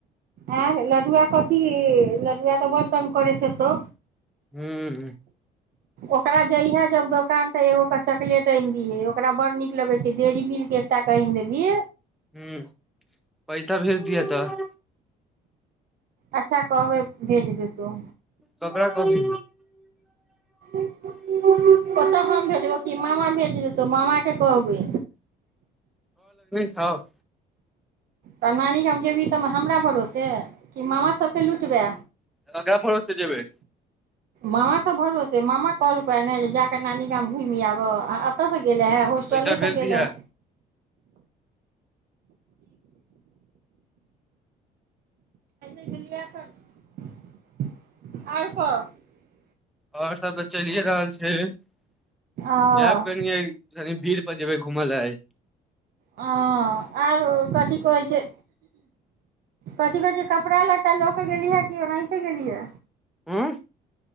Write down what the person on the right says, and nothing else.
आँ लडुआ कथी लड़ुआ तऽ बर तंग करैत हेतौ
ओकरा जैहे जब दोकान तऽ एगो के चॉकलेट आनि दीहै ओकरा बड़ नीक लगै छै डेयरी मिल्क एकटा कऽ आनि देबही
अच्छा कहबै भेज देतौ
ओतऽ हम भेजबौ कि मामा भेज देतौ मामा के कहबै
तऽ नानी गाम जेबही तऽ हमरा भरोसे कि मामा सभके लुटबे
मामा सब भरोसे मामा कहलको ने जे जााकऽ नानी गाम घुमि आब एतऽसँ गेल है होॉस्टलसँ
गेललै
आर कह
ओ
ह आरो कथि कहैत छै कथि कहैत छै कपड़ा लत्ता लऽ कऽ गेलिहे कि ओनाहिते गेलिहे